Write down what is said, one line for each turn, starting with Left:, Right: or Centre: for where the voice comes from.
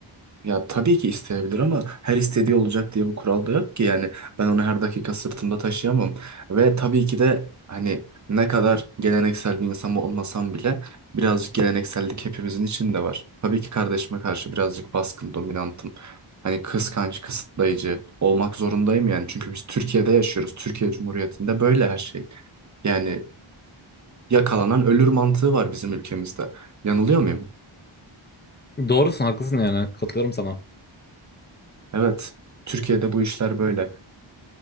Right: Ya tabii ki isteyebilir ama her istediği olacak diye bir kural da yok ki yani ben onu her dakika sırtımda taşıyamam ve tabii ki de hani ne kadar geleneksel bir insan olmasam bile birazcık geleneksellik hepimizin içinde var. Tabii ki kardeşime karşı birazcık baskın, dominantım. Hani kıskanç, kısıtlayıcı olmak zorundayım yani çünkü biz Türkiye'de yaşıyoruz. Türkiye Cumhuriyeti'nde böyle her şey. Yani yakalanan ölür mantığı var bizim ülkemizde. Yanılıyor muyum?
Left: Doğrusun haklısın yani katılıyorum sana.
Right: Evet. Türkiye'de bu işler böyle.